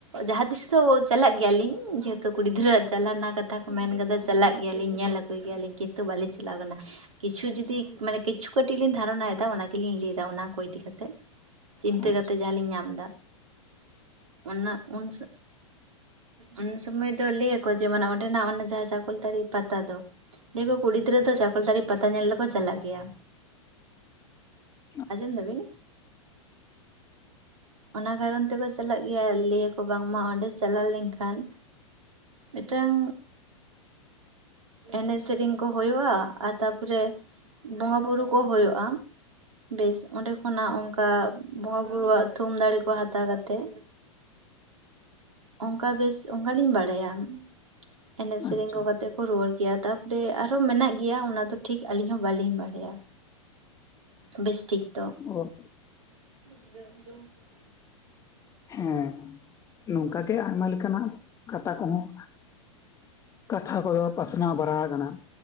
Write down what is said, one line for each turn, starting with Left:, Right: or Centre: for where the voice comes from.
Right: ᱡᱟᱦᱟ ᱛᱤᱥ ᱫᱚ ᱪᱟᱞᱟᱜ ᱜᱮᱭᱟ ᱞᱤᱧ ᱡᱮᱦᱮᱛᱩ ᱠᱩᱲᱤ ᱜᱤᱫᱽᱨᱟᱹᱣᱟᱜ ᱪᱟᱞᱟᱜ ᱨᱮᱱᱟᱜ ᱠᱟᱛᱷᱟ ᱠᱚ ᱢᱮᱱ ᱠᱟᱫᱟ᱾ ᱪᱟᱞᱟᱜ ᱜᱮᱭᱟ ᱞᱤᱧ ᱧᱮᱞ ᱟᱹᱜᱩᱭ ᱜᱮᱭᱟ ᱞᱤᱧ ᱠᱤᱱᱛᱩ ᱵᱟᱹᱞᱤᱧ ᱪᱟᱞᱟᱣ ᱠᱟᱱᱟ ᱾ᱠᱤᱪᱷᱩ ᱡᱩᱫᱤ ᱢᱟᱱᱮ ᱠᱤᱪᱷᱩ ᱠᱟᱹᱴᱤᱡ ᱞᱤᱧ ᱫᱷᱟᱨᱚᱱᱟᱭ ᱫᱟ ᱚᱱᱟ ᱜᱮᱞᱤᱧ ᱞᱟᱹᱭ ᱫᱟ ᱚᱱᱟ ᱠᱚ ᱤᱫᱤ ᱠᱟᱛᱮᱜ᱾ ᱪᱤᱱᱛᱟᱹ
Left: ᱟᱪᱪᱷᱟ
Right: ᱠᱟᱛᱮᱜ ᱡᱟᱦᱟ ᱞᱤᱧ ᱧᱟᱢ ᱫᱟ᱾ ᱚᱱᱟ ᱩᱱᱥᱟ, ᱩᱱᱥᱟ ᱥᱚᱢᱚᱭ ᱫᱚ ᱞᱟᱹᱭ ᱟᱠᱚ ᱡᱮ ᱢᱟᱱᱮ ᱚᱸᱰᱮᱱᱟᱜ ᱚᱱᱟ ᱡᱟᱦᱟ ᱪᱟᱠᱚᱞ ᱛᱟᱲᱤ ᱯᱟᱛᱟ ᱫᱚ᱾ ᱞᱮᱭ ᱟᱠᱚ ᱠᱩᱲᱤ ᱜᱤᱫᱽᱨᱟᱹ ᱫᱚ ᱪᱟᱠᱚᱞ ᱛᱟᱲᱤ ᱯᱟᱛᱟ ᱧᱮᱞ ᱫᱚᱠᱚ ᱪᱟᱞᱟᱜ ᱜᱮᱭᱟ᱾
Left: <inaudible>
Right: ᱟᱸᱡᱚᱢ ᱫᱟᱵᱤᱱ ᱚᱱᱟ ᱠᱟᱨᱚᱱ ᱛᱮ ᱠᱚ ᱪᱟᱞᱟᱜ ᱜᱮᱭᱟ᱾ᱞᱟᱹᱭ ᱟᱠᱚ ᱵᱟᱝᱢᱟ ᱚᱸᱰᱮ ᱪᱟᱞᱟᱣ ᱞᱮᱱᱠᱷᱟᱱ ᱢᱤᱫᱴᱟᱝ ᱮᱱᱮᱡ ᱥᱮᱨᱮᱝ ᱠᱚ ᱦᱳᱭᱳᱜ-ᱟ᱾, ᱟᱨ ᱛᱟᱯᱚᱨᱮ ᱵᱚᱸᱜᱟ ᱵᱩᱨᱩ ᱠᱚ ᱦᱳᱭᱳᱜ-ᱟ᱾ ᱵᱮᱥ ᱚᱸᱰᱮ ᱠᱷᱚᱱᱟᱜ ᱚᱱᱠᱟ ᱵᱚᱸᱜᱟ ᱵᱩᱨᱩᱣᱟᱜ ᱛᱷᱩᱢ ᱫᱟᱲᱮ ᱠᱚ ᱦᱟᱛᱟᱣ ᱠᱟᱛᱮᱫ ᱚᱱᱠᱟ ᱵᱮᱥ ᱚᱱᱠᱟ ᱞᱤᱧ ᱵᱟᱲᱟᱭᱟ ᱮᱱᱮᱡ ᱥᱮᱨᱮᱝ
Left: ᱟᱪᱪᱷᱟ
Right: ᱠᱚ ᱠᱟᱛᱮ ᱠᱚ ᱨᱩᱣᱟᱹᱲ ᱜᱮᱭᱟ ᱛᱟᱨᱯᱚᱨᱮ ᱟᱨᱦᱚᱸ ᱢᱮᱱᱟᱜ ᱜᱮᱭᱟ ᱚᱱᱟ ᱫᱚ ᱴᱷᱤᱠ ᱟᱹᱞᱤᱧ ᱦᱚᱸ ᱵᱟᱹᱞᱤᱧ ᱵᱟᱲᱟᱭᱟ᱾ ᱵᱮᱥ ᱴᱷᱤᱠ ᱫᱚ᱾
Left: ᱚ
Right: <unintelligible>
Left: ᱦᱮᱸ ᱱᱚᱝᱠᱟ ᱜᱮ ᱟᱭᱢᱟ ᱞᱮᱠᱟᱱᱟᱜ ᱠᱟᱛᱷᱟ ᱠᱚᱦᱚᱸ ᱠᱟᱛᱷᱟ ᱠᱚᱫᱚ ᱯᱟᱥᱱᱟᱣ ᱵᱟᱲᱟ ᱟᱠᱟᱱᱟ